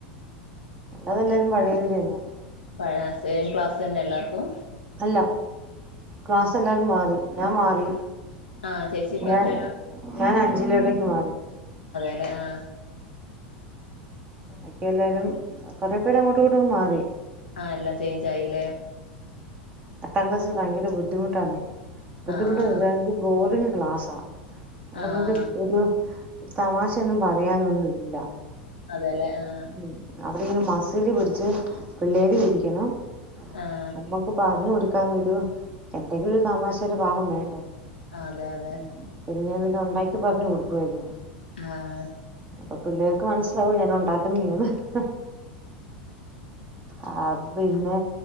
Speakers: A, on the right; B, on the left.
A: അതെല്ലാരും മഴയുരേന
B: പഴാ സേം ക്ലാസ് തന്നെ എല്ലാർക്കും
A: അല്ല ക്ലാസ് എല്ലാരും മാറി ഞാൻ മാറി
B: ആഹ് ചേച്ചി ഇപ്പ
A: ഞൻ
B: എത്രേലാ
A: ഞാൻ അഞ്ചിലോട്ടേക്ക് മാറി
B: അല്ലെ ആ
A: അക്കെ എല്ലാരും കൊറെ പേര് അങ്ങോട്ടും ഇങ്ങോട്ടും മാറി
B: ആ എല്ലാം ചേഞ്ച് ആയില്ലേ
A: അട്ടാം ക്ലാസ്സിൽ ഭയങ്കര ബുദ്ധിമുട്ടാണ് ബുദ്ധിമുട്ടാണ്ക്ക്
B: ആഹ്
A: ബോറിങ്ങും ക്ലാസാ ത് നമുക്ക്
B: ആഹ്
A: ഒരു തമാശയൊന്നും പറയാനൊന്നും ഇല്ല
B: അതെല്ലെ ആഹ്
A: ഉം അവിടെങ്ങനെ മസില് പിടിച്ച് പിള്ളേര് ഇരിക്കണം
B: ആഹ്
A: നമ്മക്ക് പറഞ്ഞു കൊടുക്ക എന്തെങ്കിലും ഒരു തമാശയുടെ ഭാഗം വേണ്ടേ
B: അതെ അതെ
A: ഉം പിന്നെ ഞാൻ പിന്നെ ഉണ്ടാക്കി പറഞ് കൊടുക്കുവായിരുന്നു
B: ആഹ്
A: അപ്പൊ പിന്നെ ക്ക് മനസ്സിലാവ് <unintelligible> ടാക്കന <unintelligible> ആ അപ്പൊ പിന്നെ